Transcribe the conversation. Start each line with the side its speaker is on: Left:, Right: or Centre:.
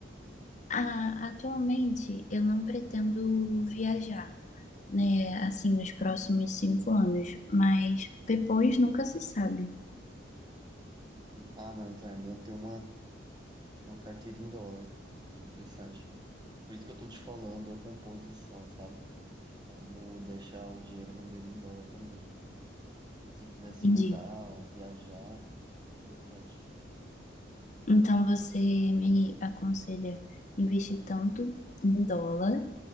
Left: a- atualmente eu não pretendo viajar, né? Assim, nos próximos cinco anos, mas depois nunca se sabe.
Right: Sim. Ah, não, então é bom ter uma, uma carteira em dólar. É interessante. Por isso que eu tô te falando a composição, sabe? De como deixar o dinheiro render em dólar também. Porque se você quiser
Left: Entendi.
Right: se mudar ou viajar, é importante.
Left: Então você me aconselha investir tanto em dólar